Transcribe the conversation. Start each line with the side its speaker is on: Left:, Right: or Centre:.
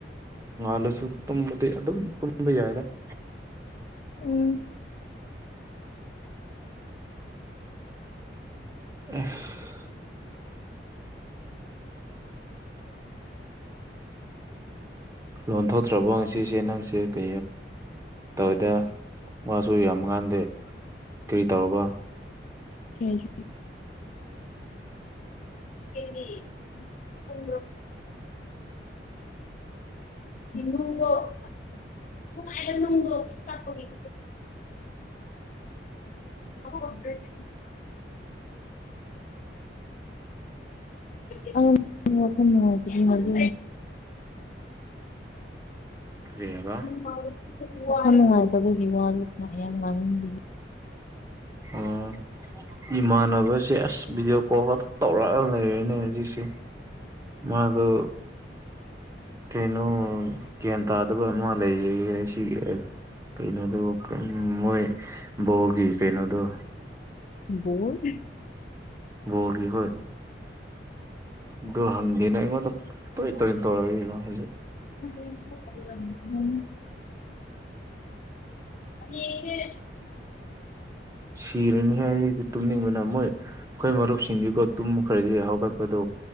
Right: ꯉꯥꯜꯂꯁꯨ ꯇꯨꯝꯕꯗꯤ ꯑꯗꯨꯝ ꯇꯨꯝꯕ ꯌꯥꯏꯔ <inaudible>
Left: ꯎꯝ
Right: ꯑ ꯂꯣꯟꯊꯣꯛꯇ꯭ꯔꯕꯣ ꯉꯁꯤꯁꯦ ꯅꯪꯁꯦ ꯀꯣ ꯇꯧꯋꯦꯗ ꯃꯥꯁꯨ ꯌꯥꯝꯃ ꯀꯥꯟꯗ ꯀꯔꯤ ꯇꯧꯔꯕ
Left: ꯀꯦꯖ ꯀꯩ ꯎꯝ ꯃꯣꯡꯗꯣꯥꯏꯗ ꯅꯣꯡꯗꯣ ꯇꯒꯦ ꯑꯣꯗꯤ ꯊ ꯋꯥꯐꯝ ꯅꯨꯡꯉꯥꯏꯇꯒꯤ ꯃꯗꯨ
Right: ꯀꯔꯤ ꯍꯥꯏꯕ
Left: ꯃꯉꯕꯤ ꯋꯥ ꯅꯨꯡꯉꯥꯏꯇꯕꯒꯤ ꯋꯥꯁꯨ ꯈꯥꯏ ꯌꯥꯝ ꯉꯥꯡꯍꯟꯕꯤ
Right: ꯎꯝ ꯏꯃꯥꯟꯅꯕꯁꯦ ꯑꯁ ꯚꯤꯗꯤꯑꯣ ꯀꯣꯜ ꯈꯛꯇ ꯇꯧꯔꯒ ꯂꯩꯔꯦꯅꯦ ꯍꯧꯖꯤꯛꯁꯦ ꯃꯥꯗꯨ ꯇꯩꯅꯣ ꯒ꯭ꯌꯥꯟ ꯇꯥꯗꯕ ꯑꯃ ꯂꯩꯌꯦ ꯁꯤ ꯀꯩꯅꯣꯗꯣ ꯎꯝ ꯃꯣꯏ ꯕꯣꯒꯤ ꯀꯩꯅꯣꯗꯣ
Left: ꯕꯣꯜ
Right: ꯕꯒꯤ ꯍꯣꯏ ꯑꯗꯨ ꯍꯪꯗꯦꯅ ꯑꯩꯉꯣꯟꯗ
Left: <inaudible>
Right: ꯇꯣꯏ ꯇꯣꯏ ꯇꯧꯔꯛꯏꯕ ꯍꯧꯖꯤꯛ
Left: ꯍ
Right: ꯎ ꯁꯤꯔꯅꯤ ꯍꯥꯏꯗꯤ ꯇꯨꯝꯅꯤꯡꯕꯅ ꯃꯣꯏ ꯑꯩꯈꯣꯏ ꯃꯔꯨꯞꯁꯤꯡꯗꯨꯀꯣ ꯇꯨꯝ ꯈꯔꯗꯤ ꯍꯧꯒꯠꯄꯗꯣ